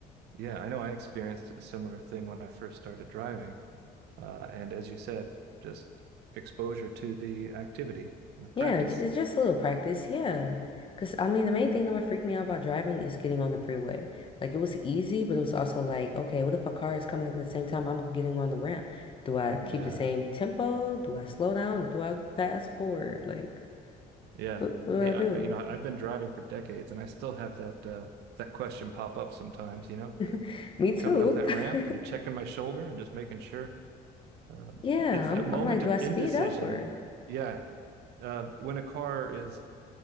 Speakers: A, on the right; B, on the left.
A: Yeah, I know I experienced a similar thing when I first started driving. Uh, and as you said, just exposure to the activity, you know, practice.
B: Yeah, j- it's just a little practice. Yeah. Because I mean, the main thing that would freak me out about driving is getting on the freeway. Like, it was easy, but it was also like, okay, what if a car is coming at the same time I'm getting on the ramp? Do I
A: Yeah.
B: keep the same tempo? Do I slow down? Do I pass forward? Like,
A: Yeah.
B: what, what do
A: Hey,
B: I
A: I,
B: do?
A: you know, I've been driving for decades and I still have that uh that question pop up sometimes, you know. C-
B: <laughs> Me too.
A: coming up that ramp
B: <laughs>
A: and checking my shoulder and just making sure. Uh,
B: Yeah,
A: it's that
B: I'm,
A: moment
B: I'm like, do
A: of
B: I speed
A: indecision.
B: up or?
A: Yeah. Uh, when a car is